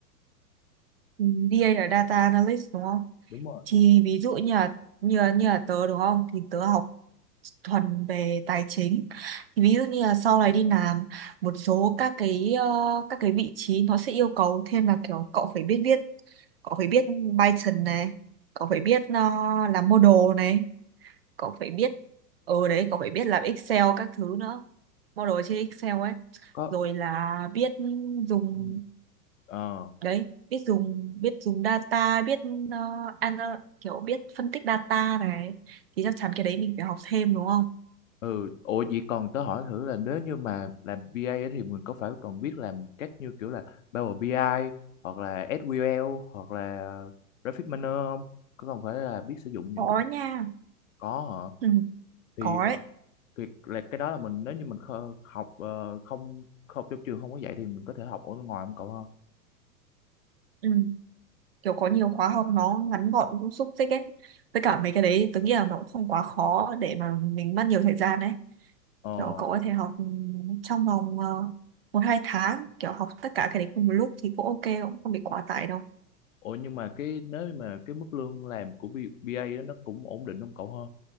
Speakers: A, on the right (about 40°); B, on the left (about 55°).
A: Ừ, DA là data analyst đúng không?
B: đúng rồi
A: Thì ví dụ như là như là, như là tớ đúng không? Thì tớ học thuần về tài chính. Thì ví dụ như là sau này đi làm một số các cái ờ, các cái vị trí nó sẽ yêu cầu thêm là kiểu cậu phải biết viết, cậu phải biết Python này, cậu phải biết ờ, làm model này, cậu phải biết ở đấy cậu phải biết làm Excel các thứ nữa, model trên Excel ấy,
B: có
A: rồi là biết dùng
B: ừ. Ờ
A: đấy biết dùng biết dùng data biết ờ, ana- kiểu biết phân tích data này thì chắc chắn cái đấy mình phải học thêm đúng không
B: ừ ủa vậy còn tớ hỏi thử là nếu như mà làm B.A ấy thì mình có phải còn biết làm các như kiểu là Power BI hoặc là SQL hoặc là Graphic Miner không có còn phải là biết sử dụng những
A: có
B: cái
A: nha
B: có hả
A: ừ,
B: thì
A: có ấy
B: thì là cái đó là mình nếu như mình kho- học ờ, không không trong trường không có dạy thì mình có thể học ở ngoài không cậu ha
A: ừ. kiểu có nhiều khóa học nó ngắn gọn cũng xúc tích ấy với cả mấy cái đấy tớ nghĩ là nó cũng không quá khó để mà mình mất nhiều thời gian đấy
B: ờ
A: kiểu cậu có thể học ừ, trong vòng ờ, một hai tháng kiểu học tất cả cái đấy cùng một lúc thì cũng ok cũng không bị quá tải đâu
B: ủa nhưng mà cái nếu như mà cái mức lương làm của B- a đó nó cũng ổn định không cậu ha